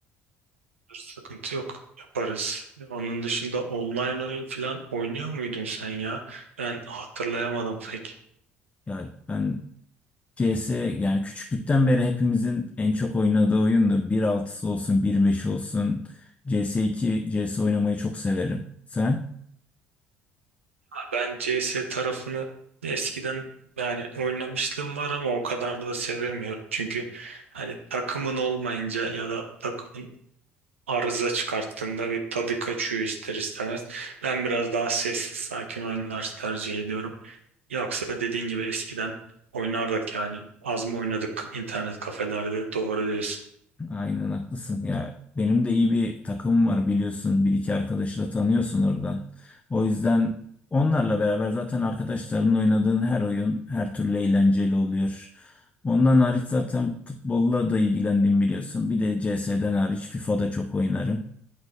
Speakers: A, on the right; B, on the left.
A: Sıkıntı yok. Yaparız. Onun dışında online oyun falan oynuyor muydun sen ya? Ben hatırlayamadım pek.
B: Yani ben C S. yani küçüklükten beri hepimizin en çok oynadığı oyundur. Bir altısı olsun, bir beşi olsun. C S iki C S oynamayı çok severim. Sen?
A: Ben CS tarafını eskiden yani oynamışlığım var ama o kadar da sevemiyorum. Çünkü hani takımın olmayınca ya da takımın arıza çıkarttığında bir tadı kaçıyor ister istemez. Ben biraz daha sessiz sakin oyunlar tercih ediyorum. Yoksa dediğin gibi eskiden oynardık yani. Az mı oynadık internet kafelerde? Doğru diyorsun.
B: Aynen haklısın. Ya benim de iyi bir takımım var biliyorsun. Bir iki arkadaşı da tanıyorsun oradan. O yüzden onlarla beraber zaten arkadaşlarınla oynadığın her oyun her türlü eğlenceli oluyor. Ondan hariç zaten futbolla da ilgilendim biliyorsun. Bir de CS'den hariç FIFA'da çok oynarım.